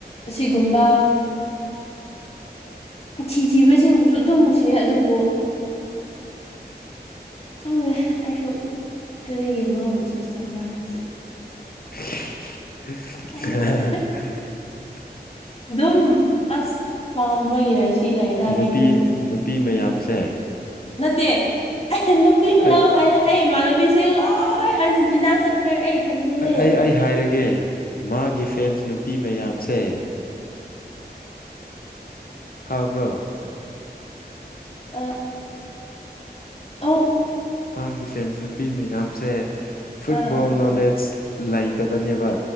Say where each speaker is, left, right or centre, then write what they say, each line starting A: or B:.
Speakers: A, on the left (about 35°); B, on the left (about 60°).
A: ꯁꯤꯒꯨꯝꯕ ꯑ ꯊꯤꯊꯤꯕꯁꯤꯡꯕꯨꯁꯨ ꯑꯗꯨꯝ ꯅꯨꯡꯁꯤꯌꯦ ꯑꯗꯨꯕꯨ
B: <inaudible>
A: ꯆꯪꯗꯦ ꯑꯩꯁꯨ ꯀꯔꯤꯒꯤ ꯃꯥꯕꯨ ꯆꯨꯁ ꯇꯧꯕ꯭ꯔꯥ ꯍꯥꯏꯁꯦ
B: <inaudible>
A: ꯑꯦ ꯑꯗꯨꯝ ꯑꯁ ꯄꯥꯝꯕ ꯏꯔꯁꯤ ꯂꯩꯗꯥ
B: ꯅꯨꯄꯤ
A: ꯀꯩꯅ
B: ꯅꯨꯄꯤ ꯃꯌꯥꯝꯁꯦ
A: ꯅꯠꯇꯦ ꯑꯩ ꯅꯨꯄꯤ ꯃꯌꯥꯝ
B: ꯑꯩ
A: ꯍꯥꯏꯅ ꯑꯩ ꯏꯃꯥꯟꯅꯕꯤꯁꯦ ꯂꯣꯏ ꯑꯥꯔꯖꯦꯟꯇꯤꯅꯥ ꯆꯠꯈ꯭ꯔꯦ ꯑꯩ ꯏꯊꯟꯇꯅꯦ
B: ꯑꯩ ꯑꯩ ꯍꯥꯏꯔꯒꯦ ꯃꯥꯒꯤ ꯐꯦꯟꯁ ꯅꯨꯄꯤ ꯃꯌꯥꯝꯁꯦ ꯊꯥꯕ꯭ꯔꯣ
A: ꯑ <unintelligible>
B: ꯃꯥꯒꯤ ꯐꯦꯟꯁ ꯅꯨꯄꯤ ꯃꯌꯥꯝꯁꯦ ꯐꯨꯠꯕꯣꯜ
A: ꯑꯥ
B: ꯅꯣꯂꯦꯖ ꯂꯩꯇꯕꯅꯦꯕ